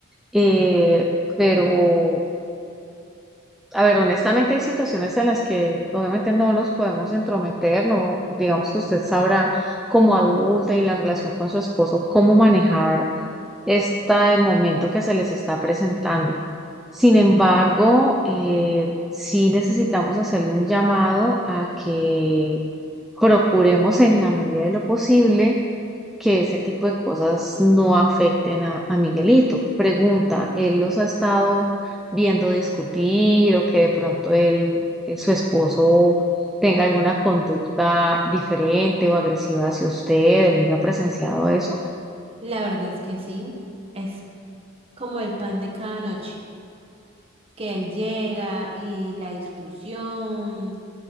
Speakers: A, in the centre; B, on the right.
A: eh, pero, a ver, honestamente hay situaciones en las que obviamente no nos podemos entrometer, no, digamos que usted sabrá como adulta y en la relación con su esposo cómo manejar este momento que se les está presentando. Sin embargo, eh, sí necesitamos hacerle un llamado a que procuremos en la medida de lo posible que ese tipo de cosas no afecten a, a Miguelito. Pregunta, ¿él los ha estado viendo discutir o que de pronto él, eh, su esposo, tenga alguna conducta diferente o agresiva hacia usted? ¿El niño ha presenciado eso?
B: La verdad es que sí, es como el pan de cada noche, que él llega y la discusión.